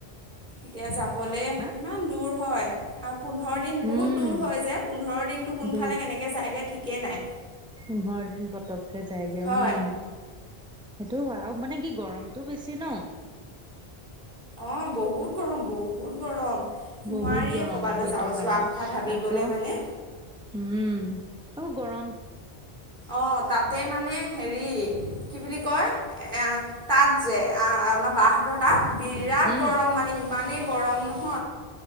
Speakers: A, on the right (about 50°); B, in the centre.
A: এতিয়া যাবলে
B: হা
A: ইমান দূৰ হয়। আৰু পোন্ধৰ দিন বহুত
B: উম
A: দূৰ হয় যে। পোন্ধৰ দিনটো কোনফালে
B: দূৰ
A: কেনেকে যায়গে ঠিকে নাই।
B: পোন্ধৰ দিন পতককে যায়গৈ,
A: হয়
B: উম। সেইটোও হয় আৰু মানে কি গৰমটো বেছি ন।
A: অ বহুত গৰম, বহুত গৰম। নোৱাৰিয়ে
B: বহুত গৰম
A: ক'বালৈ
B: সেইটো
A: যা
B: কাৰণে
A: যোৱা কথা ভাবিবলে
B: আকৌ
A: মানে।
B: উম, আৰু গৰম
A: অ, তাতে মানে হেৰি কি বুলি কয়? এ তাত যে আ আমাৰ বাহঁতৰ তাত বিৰাট
B: উম
A: গৰম মানে ইমানেই গৰম ন।